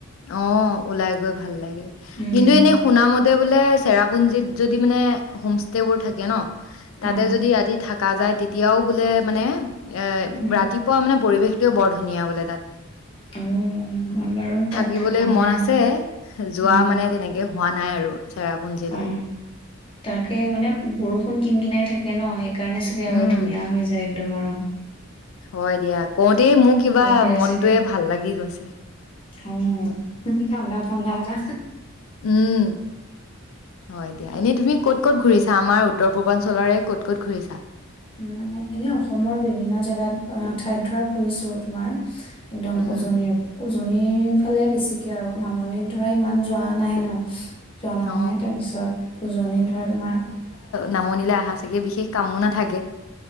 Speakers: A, on the left; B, on the left.
A: অ ওলাই গৈ ভাল লাগে
B: উম
A: কিন্তু এনেই শুনা মতে বোলে চেৰাপুঞ্জিত যদি মানে হোম ষ্টে বোৰ থাকে ন তাতে
B: অ
A: যদি ৰাতি থাক থকা যায় তেতিয়াও বোলে মানে এ
B: উম
A: ৰাতিপুৱা মানে পৰিৱেশ সও বৰ ধুনীয়া বোলে তাত
B: অ মই বাৰু তাত
A: থিকিবলৈ
B: থকা নাই
A: মন
B: আৰু
A: আছে যোৱা
B: উম
A: মানে তেনেকে হোৱা নাই আৰু চেৰাপুঞ্জীলৈ
B: অ তাকে মানে বৰষুণ কিন কিনাই থাকে থাকে ন স সেই কাৰণে চাগে
A: উম
B: আৰু ধুনীয়া হৈ যায় দমাৰক
A: হয় দিয়া কওঁতে মোৰ কিবা
B: পাৰে
A: মনটোয়ে
B: চাগে
A: ভাল লাগি গৈছে
B: উম হো হো ঠাণ্ডা পন্দাকাচা
A: উম হয় দিয়া এনেই তুমি ক'ত কত ঘূৰিছা আমাৰ উত্তৰ পূৰ্বাঞ্চলৰে ক' ক'ত ঘূৰিছা
B: উম মানে এনেই অসমৰ বিভিন্ন জেগাত অ ঠাইত ধৰা ফুৰিছো তোমাৰ একদম
A: উম
B: উজনিৰ উজনীৰ ফালে বেছিকে আৰু নামনিত ধৰা ইমান যোৱা নাই ন যোৱা নহয়,
A: অ
B: তাৰপিছত উজনি ধৰা তোমাৰ
A: নামনিলে অহাঁ চাগে বিশেষ কামো নাথাকে